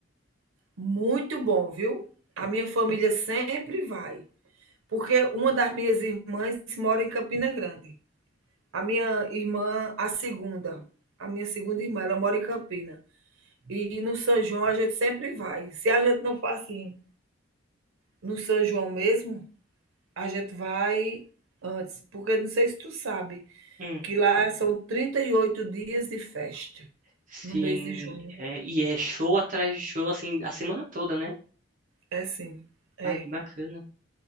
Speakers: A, on the right; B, on the right.
A: Muito bom, viu? A minha família sempre vai. Porque uma das minhas irmãs mora em Campina Grande. A minha irmã, a segunda, a minha segunda irmã, ela mora em Campina. E no São João a gente sempre vai. Se a gente não for assim, no São João mesmo, a gente vai antes, porque não sei se tu sabe,
B: Hum,
A: que lá são 38 dias de festa
B: sim.
A: no mês de junho.
B: é, e é show atrás de show, assim, a semana toda, né?
A: É sim, é,
B: Ai, que bacana.